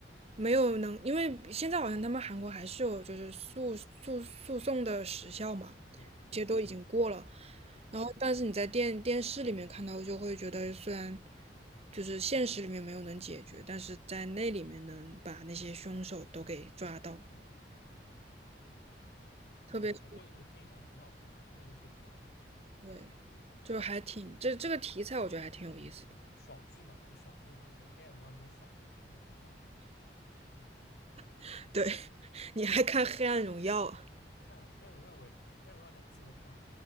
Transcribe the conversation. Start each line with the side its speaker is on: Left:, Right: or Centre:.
Right: 没有能，因为现在好像他们韩国还是有就是诉诉诉讼的时效嘛，
Left: 对，
Right: 这些都已经过了，
Left: 嗯嗯
Right: 然后但是你在电电视里面看到，就会觉得虽然就是现实里面没有能解决，但是在那里面能把那些凶手都给抓到，
Left: 嗯，对，嗯对，
Right: 特别是
Left: 韩国有些电影还是很好看，电视剧也很好看。
Right: 对，就还挺这这个题材我觉得还挺有意思的。
Left: 嗯，爽剧嘛，就爽剧啊，比如《黑暗荣耀》这种爽剧，看的也挺爽的。嗯，
Right: <laughs> 对，你还看《黑暗荣耀》啊？
Left: 看《黑暗荣耀》我也看过，《黑暗荣耀》两季我都看了，